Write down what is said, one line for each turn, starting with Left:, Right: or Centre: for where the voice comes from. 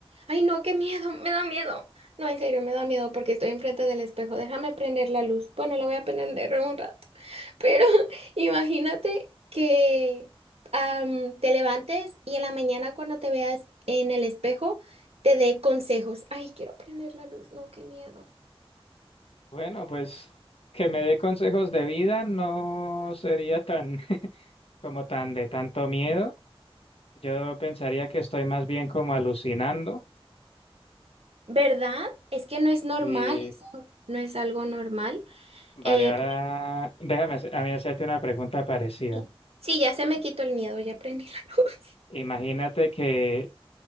Right: Ay, no, qué miedo, me da miedo. No, en serio, me da miedo porque estoy enfrente del espejo. Déjame prender la luz. Bueno, la voy a prender en un rato. Pero <laughs> imagínate que am, te levantes y en la mañana cuando te veas en el espejo, te dé consejos. Ay, quiero prender la luz. No, qué miedo.
Left: Bueno, pues que me dé consejos de vida no sería tan... como tan de tanto miedo. Yo pensaría que estoy más bien como alucinando.
Right: ¿Verdad? Es que no es normal,
Left: Y
Right: eso no es algo normal.
Left: vale,
Right: Eh,
Left: ahora déjame hacer- a mí hacerte una pregunta parecida.
Right: sí, sí, ya se me quitó el miedo, ya prendí la luz.
Left: Imagínate que,